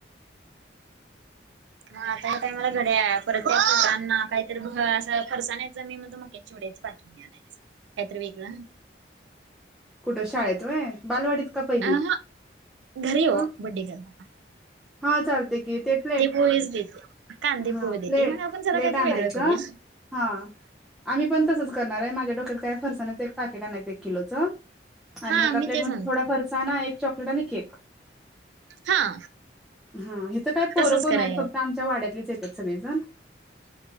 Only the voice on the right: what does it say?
मग आता काय मला घड्याळ परत पोरांना काहीतरी घ अस फरसानाचं मी म्हणतो मक्या चिवडयाचे पाकिट आणायचं, काहीतरी वेगळ.
हा घरी हो
बड्डे केलता का?
पोहेच देते. कांदे
पोहे देते
मग आपण जरा
काहीतरी
वेगळं करूया
हा
मी
तेच म्हणतो.
हा.
तसच
कराय